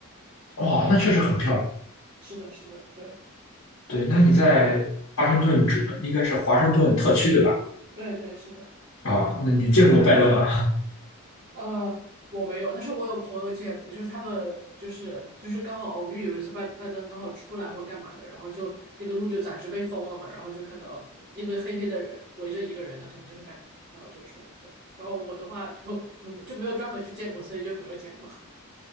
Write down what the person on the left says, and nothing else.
哇，那确实很漂亮。
对，那你在华盛顿只应该是华盛顿特区对吧？
啊，那你见过拜登吗？